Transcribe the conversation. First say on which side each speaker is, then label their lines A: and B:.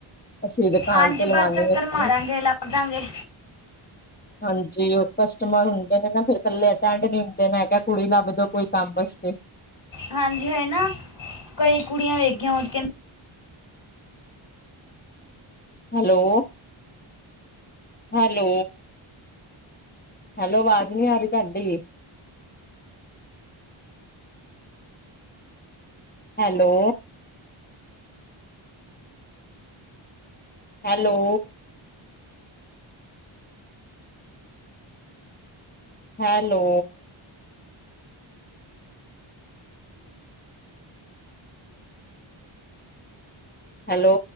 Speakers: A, on the left; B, on the left.
A: ਅਸੀਂ ਦੁਕਾਨ
B: ਹਾਂਜੀ।
A: ਤੇ
B: ਬਸ
A: ਲਵਾਉਣੀ
B: ਚੱਕਰ ਮਾਰਾਂਗੇ ਲਭ ਦਾਂਗੇ
A: ਹਾਂਜੀ। ਉਹ ਕਸਟਮਰ ਹੁੰ ਕਹਿੰਦੇ ਨਾ ਫੇਿਰ ਇਕੱਲੇ ਤੰਗ ਨੀ ਹੁੰਦੇ ਮੈਂ ਕਿਹਾ ਕੁੜੀ ਲੱਭ ਦੋ ਕੋਈ ਕੰਮ ਵਾਸਤੇ
B: ਹਾਂਜੀ। ਹੈ ਨਾ ਕਈ ਕੁੜੀਆਂ ਵੇਖੀਆਂ ਹੋ ਕਹਿੰ
A: ਹੈਲੋ। ਹੈਲੋ। ਹੈਲੋ ਅਵਾਜ਼ ਨੀ ਆ ਰਹੀ ਤੁਹਾਡੀ। ਹੈਲੋ। ਹੈਲੋ। ਹੈਲੋ। ਹੈਲੋ।